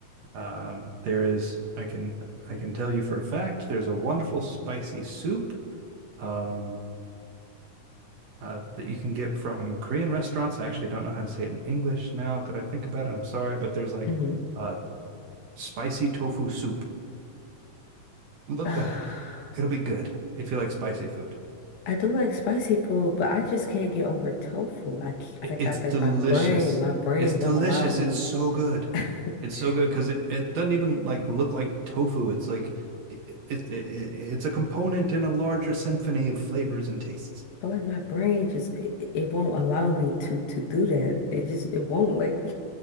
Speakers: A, on the right; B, on the left.
A: Um, there is I can I can tell you for a fact there's a wonderful spicy soup um, uh, that you can get from Korean restaurants. I actually don't know how to say it in English now that I think about it. I'm sorry, but there's like
B: hmm
A: a uh, spicy tofu soup. Look
B: <sighs>
A: that up. It'll be good if you like spicy food.
B: I do like spicy food, but I just can't get over tofu. I c-
A: it's
B: like I
A: delicious.
B: like my brain, my brain
A: It's delicious.
B: won't allow me.
A: It's so good.
B: <laughs>
A: It's so good because it, it doesn't even like look like tofu. It's like it, it, it it's a component in a larger symphony of flavors and tastes.
B: But like my brain just it, it won't allow me to to do that. It just it won't like